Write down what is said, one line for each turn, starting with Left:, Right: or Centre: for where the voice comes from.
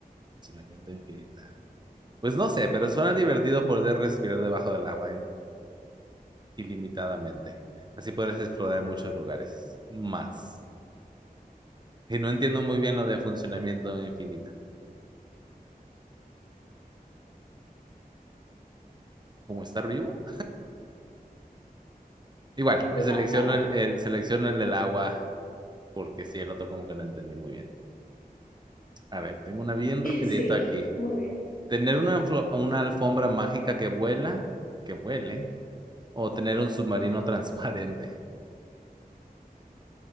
Right: funcionamiento infinita. Pues no sé, pero suena divertido poder respirar debajo del agua eh, ilimitadamente. Así podrás explorar muchos lugares. Más. Y no entiendo muy bien lo de funcionamiento infinita. ¿Cómo estar vivo? Igual,
Left: Claro.
Right: eh, selecciono el,
Left: <laughs>
Right: el- selecciono el del agua porque sí, el otro como que no entendí muy bien. A ver, tengo una bien rapidito
Left: Sí,
Right: aquí.
Left: muy bien.
Right: Tener una, alflo- una alfombra mágica que vuela, que vuele, O tener un submarino <laughs> transparente.